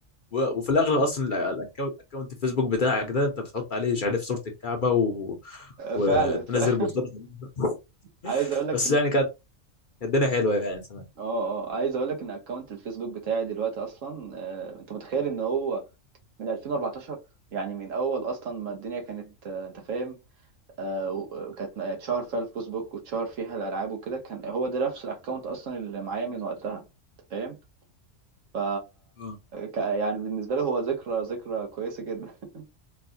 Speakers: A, on the left (about 50°); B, on the right (about 75°).
A: و- وفي الاغلب اصلا الاكونت اكونت الفيسبوك بتاعك ده انت بتحط عليه مش عارف صوره الكعبه و... وتنزل
B: فعلا فعلا
A: بوستات غريبة.
B: <laughs> عايز اقول لك
A: بس
B: ان
A: يعني كانت كانت الدنيا حلوه يعني زمان
B: اه اه عايز اقول لك ان اكونت الفيسبوك بتاعي دلوقتي اصلا آه، انت متخيل ان هو من 2014 يعني من اول اصلا ما الدنيا كانت آه، انت فاهم آه، و- آه، كانت م- اتشهر فيها الفيسبوك واتشهر فيها الالعاب وكده كان هو ده نفس الاكونت اصلا اللي معايا من وقتها انت فاهم ف
A: آه.
B: ك- يعني بالنسبه لي هو ذكرى ذكرى كويسه جدا <laughs>